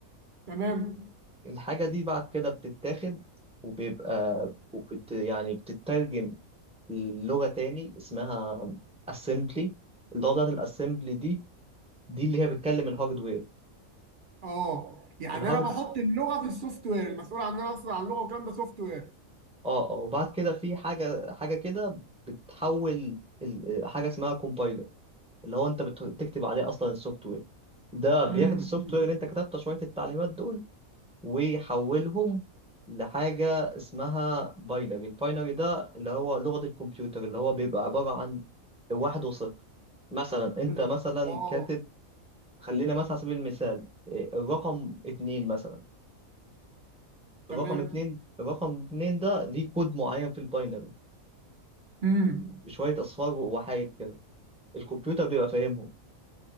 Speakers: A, on the right; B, in the centre.
A: تمام
B: الحاجة دي بعد كده بتتاخد وبيبقى وبت يعني بتترجم لغة تاني اسمها assembly اللغة بتاعت الاسمبلي دي دي اللي هي بتكلم الهاردوير
A: اه يعني
B: الهارد
A: انا بحط اللغه في السوفت وير المسؤول عننا اصلا عن اللغه والكلام ده سوفت وير
B: اه اه وبعد كده في حاجة حاجة كده بتحول ال- حاجة اسمها compiler اللي هو انت بتكتب عليه اصلا السوفت وير ده بياخد
A: امم
B: السوفت وير اللي انت كتبته شوية التعليمات دول ويحولهم لحاجة اسمها باينري الباينري ده اللي هو لغة الكمبيوتر اللي هو بيبقى عبارة عن واحد وصفر مثلا
A: بز-
B: انت مثلا
A: اه
B: كاتب خلينا مثلا على سبيل المثال إيه، الرقم اتنين مثلا
A: تمام
B: الرقم اتنين الرقم اتنين ده ليه كود معين في الباينري
A: امم
B: بشوية أصفار وحايد كده الكمبيوتر بيبقى فاهمهم